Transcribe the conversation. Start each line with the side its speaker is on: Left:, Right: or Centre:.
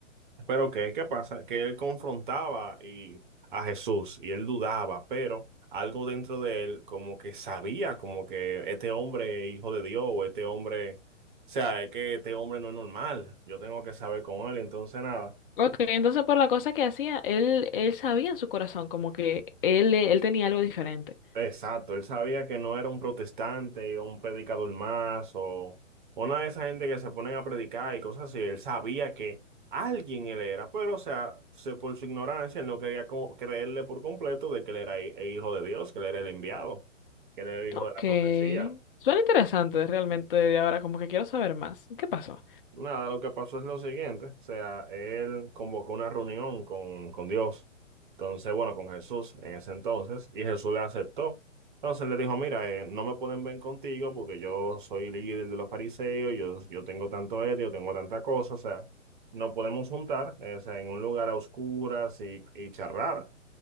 Right: pero ¿qué, qué pasa? Que él confrontaba y, a Jesús y él dudaba, pero algo dentro de él como que sabía, como que este hombre es hijo de Dios o este hombre, o sea, es que este hombre no es normal, yo tengo que saber con él, entonces nada.
Left: Ok, entonces por la cosa que hacía, él, él sabía en su corazón como que él, él tenía algo diferente.
Right: Exacto, él sabía que no era un protestante o un predicador más o una de esa gente que se ponen a predicar y cosas así. Él sabía que alguien él era, pero o sea, se, por su ignorancia él no quería co- creerle por completo de que él era hi- el hijo de Dios, que él era el enviado, que él era el hijo
Left: Ok.
Right: de la profecía.
Left: Suena interesante realmente de ahora, como que quiero saber más. ¿Qué pasó?
Right: Nada, lo que pasó es lo siguiente, o sea, él convocó una reunión con, con Dios, entonces, bueno, con Jesús en ese entonces, y Jesús le aceptó. Entonces le dijo, mira, eh, no me pueden ver contigo porque yo soy líder de los fariseos, yo, yo tengo tanto ético, tengo tanta cosa, o sea, no podemos juntar, eh, o sea, en un lugar a oscuras y, y charlar.